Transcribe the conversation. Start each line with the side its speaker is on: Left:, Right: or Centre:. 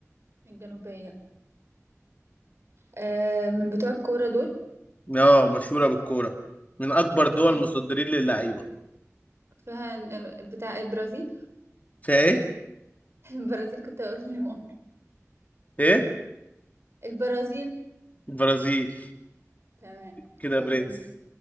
Right: الجنوبية أه من بتوع الكورة دول
Left: اه مشهوره بالكوره من اكبر دول
Right: فيها
Left: مصدرين للعيبه
Right: فيها بتاع البرازيل
Left: فايه
Right: <laughs> البرازيل كنت اقول لي مؤخر
Left: ايه
Right: البرازيل
Left: برازيل
Right: تمام
Left: كده
Right: سهلة
Left: يا برنس
Right: دي